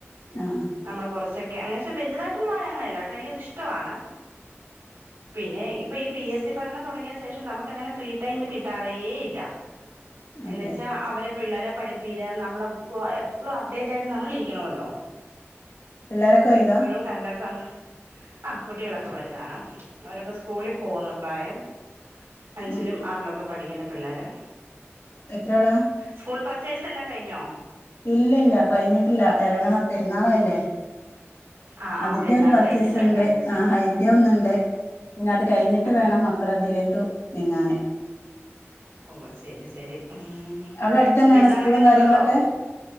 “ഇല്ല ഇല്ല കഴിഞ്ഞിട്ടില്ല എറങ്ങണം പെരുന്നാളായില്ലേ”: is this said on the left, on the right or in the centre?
Left